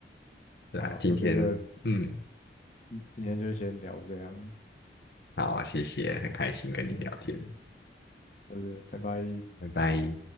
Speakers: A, on the left; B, on the left.
A: 对啊，
B: 好了，
A: 今天嗯，
B: 我觉得今今天就先聊这样，
A: 好，谢谢，很开心跟你聊天，
B: 嗯，好的，拜拜。
A: 拜拜。